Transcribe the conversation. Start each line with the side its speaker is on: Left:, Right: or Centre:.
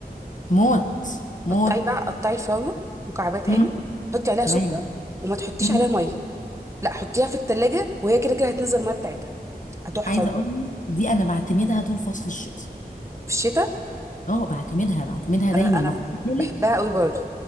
Left: موت موت
Right: قطعي بقى قطعي الفراوله مكعبات
Left: مم.
Right: عادي حطي عليها
Left: تمام
Right: سكر وما تحطيش
Left: مم.
Right: عليها ميه لا حطيها في التلاجة وهي كده كده هتنزل الميه بتاعتها تحفه
Left: عايزه
Right: بقى
Left: اقول لك دي انا بعتمدها طول فصل الشتاء
Right: في الشتاء
Left: اه بعتمدها بعتمدها دايما
Right: انا انا
Left: ما خد بالك
Right: بحبها قوي برضو